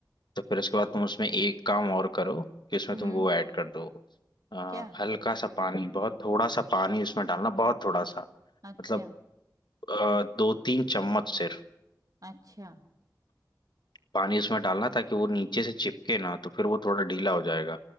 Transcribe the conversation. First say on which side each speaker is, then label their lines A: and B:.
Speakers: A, on the left (about 85°); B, on the right (about 50°).
A: तो फिर उसके बाद तुम उसमें एक काम और करो कि उसमें
B: हम्म
A: तुम वो ऐड कर दो अ,
B: क्या
A: हल्का सा पानी बहुत थोड़ा सा पानी उसमें डालना बहुत थोड़ा सा
B: अच्छा
A: मतलब अ, दो तीन चम्मच सिर्फ
B: अच्छा।
A: पानी उसमें डालना ताकि वो नीचे से चिपके ना तो फिर वो थोड़ा ढीला हो जाएगा